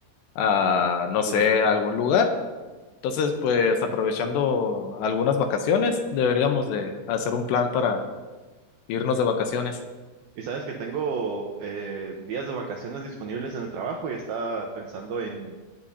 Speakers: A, on the left; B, on the right.
A: a, no sé,
B: Sí.
A: a algún lugar. Entonces, pues aprovechando algunas vacaciones, deberíamos de hacer un plan para irnos de vacaciones.
B: Y sabes que tengo eh, días de vacaciones disponibles en el trabajo y estaba pensando en,